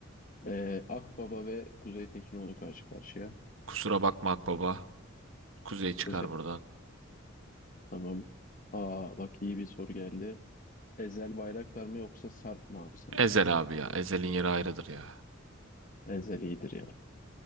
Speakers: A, on the left; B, on the right.
A: Ee, Akbaba ve Kuzey Tekinoğlu karşı karşıya.
B: Kusura bakma Akbaba. Kuzey çıkar
A: Kuzey.
B: buradan.
A: Tamam. Aa bak iyi bir soru geldi. Ezel Bayraktar mı yoksa Sarp mı abi sence?
B: Ezel abi ya. Ezel'in yeri ayrıdır ya.
A: Ezel iyidir ya.